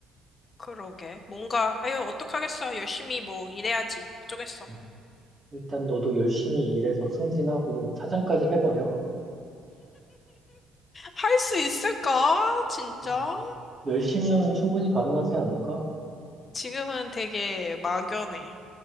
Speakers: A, on the left; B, on the right.
A: 그러게. 뭔가, 아유, 어떡하겠어. 열심히 뭐 일해야지. 어쩌겠어.
B: 음, 일단 너도 열심히 일해서 승진하고 사장까지 해버려.
A: 할 수 있을까? 진짜?
B: 어, 열심히 하면 충분히 가능하지 않을까?
A: 지금은 되게 막연해.